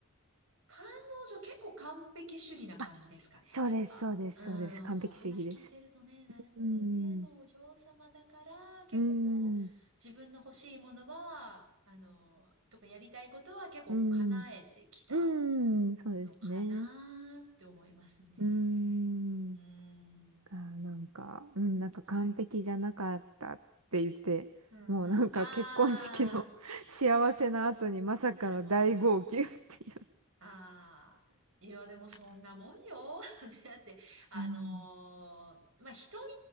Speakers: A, on the right; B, on the right.
A: 彼女結構完璧主義な感じですかね、
B: <laughs> あ、そうです、
A: やっぱ。
B: そうです、
A: うん、
B: そうです。完璧主義です。
A: そう、話聞いてるとね、なるほどね、
B: うん、
A: まあお嬢様だから、結構こう、
B: うん、
A: 自分の欲しいものは、あの、とかやりたいことは結構こう、
B: うん、
A: 叶えてきた
B: うん、そうですね。
A: のかなって思いますね。
B: うん、
A: うん、
B: がなんか、うん、なんか完璧じゃなかったって言って、
A: はい。うん、
B: もうなんか結婚式の
A: うん、ああ、
B: <laughs> 幸せな後にまさかの大号泣っていう。
A: なるほどな。ああ、いや、でもそんなもんよ。<laughs> だって、あのーまあ、
B: うん、
A: 人に